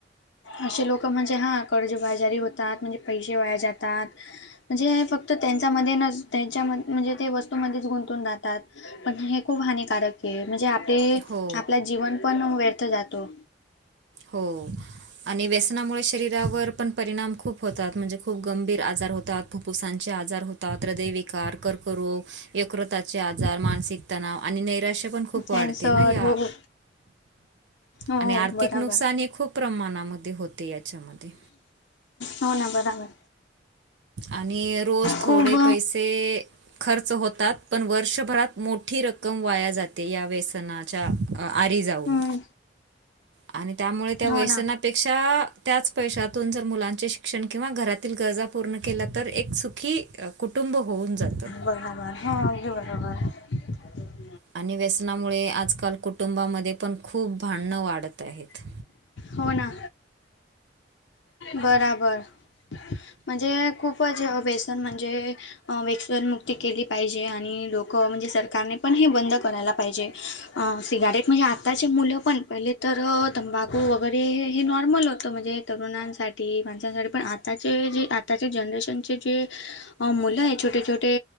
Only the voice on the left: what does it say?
असे लोक म्हणजे हा कर्जबाजारी होतात म्हणजे पैसे वाया जातात. म्हणजे फक्त त्यांच्यामध्ये न त्यांच्या म्हणजे ते वस्तूमध्येच गुंतून राहतात. पण हे खूप हानिकारक ए म्हणजे आपले
आपला जीवन पण व्यर्थ जातो.
कॅन्सर
हो हो हो
बराबर
हो ना बराबर.
खूप
हम्म
हो
ना
बराबर. हां <inaudible>
हो ना बराबर. म्हणजे खूपच वेसन म्हणजे अ वेक्सनमुक्ती केली पाहिजे आणि लोक म्हणजे सरकारने पण हे बंद करायला पाहिजे. अ सिगारेट म्हणजे आता चे मुलं पण पहिले तर तंबाखू वगैरे हे नॉर्मल होतं म्हणजे तरुणांसाठी ती माणसांसाठी पण आताचे जे आताचे जनरेशनचे जे अ मुलं आहे छोटे, छोटे